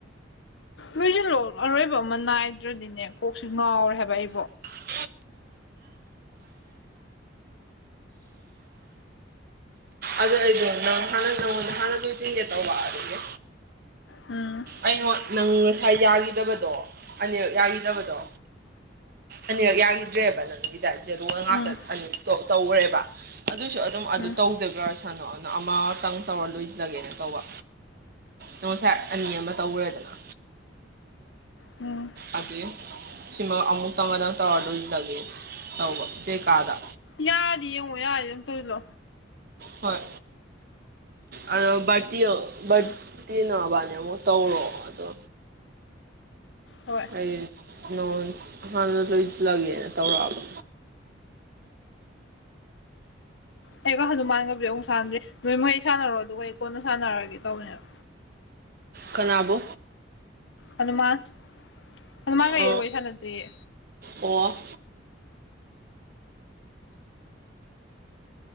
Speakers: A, on the left; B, on the right.
A: ꯂꯣꯏꯖꯤꯜꯂꯣ ꯑꯔꯣꯏꯕ ꯑꯃ ꯅꯥꯏꯗ꯭ꯔꯗꯤꯅꯦ ꯀꯣꯛꯁꯤ ꯉꯥꯎꯔꯦ ꯍꯥꯏꯕ ꯑꯩꯕꯣ
B: <inaudible> ꯑ ꯑꯗꯨ ꯑꯩꯗꯣ ꯅꯪ ꯍꯥꯟꯅ ꯅꯪꯉꯣꯟꯗ ꯍꯥꯟꯅ ꯂꯣꯏꯆꯤꯟꯒꯦ ꯇꯧꯕ ꯑꯗꯨꯒꯤ
A: ꯎꯝ
B: ꯑꯩꯉꯣꯠ ꯅꯪ ꯉꯁꯥꯏ ꯌꯥꯒꯤꯗꯕꯗꯣ ꯑꯅꯤꯔꯛ ꯌꯥꯒꯤꯗꯕꯗꯣ ꯑꯅꯤꯔꯛ ꯌꯥꯒꯤꯗ꯭ꯔꯦꯕ ꯅꯪꯒꯤꯗ ꯖꯦꯔꯣꯒ ꯉꯥꯛꯇ
A: ꯎꯝ
B: ꯑꯅꯤ ꯇꯣ ꯇꯧꯒ꯭ꯔꯦꯕ ꯑꯗꯨꯏꯁꯨ ꯑꯗꯨꯝ ꯑꯗꯨ
A: ꯎꯝ
B: ꯇꯧꯖꯈ꯭ꯔꯁꯅꯣ ꯑꯅ ꯑꯃꯇꯪ ꯇꯧꯔ ꯂꯣꯏꯖꯤꯜꯂꯒꯦꯅ ꯇꯧꯕ ꯅꯣ ꯉꯁꯥꯏ ꯑꯅꯤ ꯑꯃ ꯇꯧꯒ꯭ꯔꯦꯗꯅ
A: ꯎꯝ
B: ꯑꯗꯨꯏ ꯁꯤꯃ ꯑꯃꯨꯛꯇꯪ ꯉꯗꯪ ꯇꯧꯔ ꯂꯣꯏꯖꯤꯜꯂꯒꯤ ꯇꯧꯕ ꯖꯦ ꯀꯥꯒ
A: ꯌꯥꯗꯤ ꯌꯦꯡꯉꯣ ꯌꯥꯗꯤ ꯑꯗꯨꯝ ꯇꯣꯏꯂꯣ
B: ꯍꯣꯏ ꯑꯗꯣ ꯕꯥꯔꯇꯤꯌꯣ ꯚꯔꯠꯇꯤ ꯅꯕꯥꯅꯦ ꯑꯃꯣꯛ ꯇꯧꯔꯣ ꯑꯗꯣ
A: ꯍꯣꯏ
B: ꯑꯩ ꯅꯉꯣꯟ ꯍꯥꯟꯅ ꯂꯣꯏꯖꯤꯜꯂꯒꯦꯅ ꯇꯧꯔꯛꯑꯕ
A: ꯑꯩꯒ ꯍꯅꯨꯃꯥꯟꯒꯕꯨꯗꯤ ꯑꯃꯨꯛ ꯁꯥꯟꯅꯗ꯭ꯔꯤ ꯅꯣꯏ ꯃꯍꯩ ꯁꯥꯟꯅꯔꯣ ꯑꯗꯨꯒ ꯑꯩ ꯀꯣꯟꯅ ꯁꯥꯟꯅꯔꯒꯦ ꯇꯧꯕꯅꯦꯞ
B: ꯀꯅꯥꯕꯨ
A: ꯍꯅꯨꯃꯥꯟ ꯍꯅꯨꯃꯥꯟꯒ ꯑꯩꯒ
B: ꯑꯥ
A: ꯋꯥꯔꯤ ꯁꯥꯟꯅꯗ꯭ꯔꯤꯌꯦ
B: ꯑꯣ